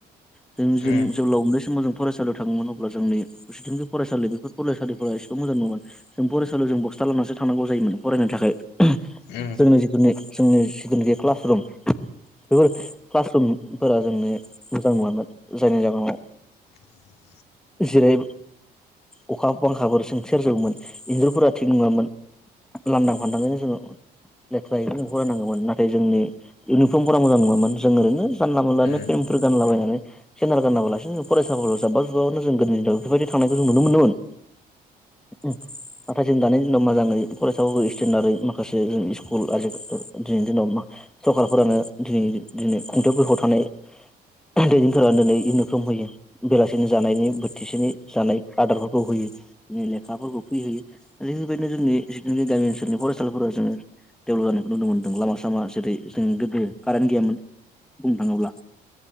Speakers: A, in the centre; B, on the left (about 75°).
A: जों जों
B: उम
A: जेब्ला उन्दै समाव जों फरायसालियाव थाङोमोन अब्ला जोंनि खौसेथिंखि फरायसालि बेफोर फरायसालिफोरा एसेबां मोजां मोनोन जों फरायसालियाव जों बस्था लानानानैसो थांनांगौ जायोमोन फरायनो थाखाय
B: उम
A: जोंनि जिखुननि जोंनि जिखुनिखि क्लासरुम बेफोर क्लासरुमफोरा जोंनो मोजां नङामोन जायनि जाहोनाव
B: <inaudible>
A: जेरै अखा बांखाफोर सों सेरजोबोमोन इन्जुरफोरा थिग नङामोन। लांदां फानदां गोजासो लेथ्रायैनो जों फराय नांगौमोन। नाथाय जोंनि इउनिफ्रमफोरा मोजां नङामोन। जों ओरैनो जानला मोनलानो
B: उम उम
A: हिफोर गानला बायनानै सेन्देल गाना <unintelligible> जोंनो फरायसाफोराव जाब्बा जुब्बाबनो जों गोदोनि दिनाव बेफोरबायदि थांनायखौ जों नुनो मोनोमोन। उम नाथाय जों दानि दिनाव मोजाङै फरायसाफोरखौ इस्टेनडारै माखासे जों स्कुल आजि खा दिनैनि दिनाव सरखारफोरानो दिनै दिनै खुंथायफोरखौ थानाय दैदेनफोरा दिनै इगनर सम होयो बेलासिनि जानायनि बोथिसेनि जानाय आदारफोरखौ होयो, बिनो लेखाफोरखौ फैयो। आरो बेबायदिनो जोंनि जिथुखि गामि ओनसोलनि फरायसालिफोरााव जोङो डेभल'प जानायखौ नुनो मोनदों। लामा सामा जेरै जों गोदो कारेन्ट गैयामोन। बुंनो थाङोब्ला